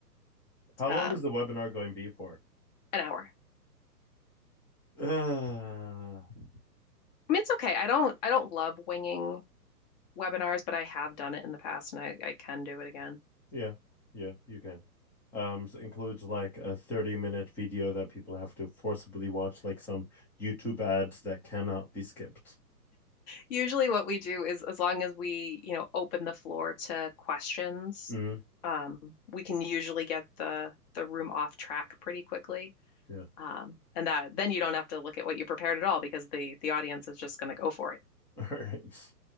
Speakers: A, in the centre; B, on the left.
A: How long
B: Um,
A: is the webinar going to be for?
B: an hour.
A: <sighs> Uh,
B: I mean, it's okay. I don't I don't love winging webinars, but I have done it in the past and I, I can do it again.
A: yeah. Yeah, you can. Um, so includes like a 30 minute video that people have to forcibly watch, like some YouTube ads that cannot be skipped.
B: Usually what we do is as long as we, you know, open the floor to questions,
A: Mm.
B: um, we can usually get the the room off track pretty quickly.
A: Yeah.
B: Um, and that then you don't have to look at what you prepared at all because the the audience is just going to go for it.
A: <laughs> All right.